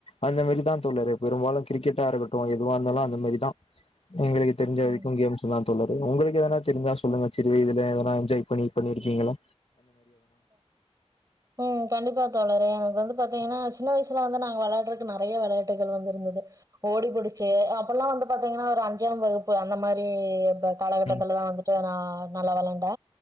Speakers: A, on the left; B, on the right.
A: அந்த மாரி தா தோழரே பெரும்பாலு கிரிக்கெட்டா இருக்கட்டும் எதுவா இருந்தாலு அந்த மாரிதா எங்களுக்கு தெர்ஞ்ச வரைக்கு
B: ம்
A: கேம்ஸ் தா தோழரு உங்களுக் எதனா தெரிஞ்ச சொல்லுங்க சிறு இதுல எதனா என்ஜாய் பண்ணி பண்ணிருகீங்ளா
B: ம் கண்டிப்பா தோழரே வந்து பாத்தீங்கன்னா சின்ன வயசுல வந்து நாங்க வளாட்ரக்கு நிறைய விளையாட்டுகள் வந்துருந்துது ஓடிபுடிச்சு அப் அப்பல்லா வந்து பாத்தீங்ன்னா ஒரு அஞ்சாம் வகுப்பு அந்த மாரி காலகட்டத்தல
A: ம் ம்
B: தா வந்துட்டு நா நல்லா வெளண்ட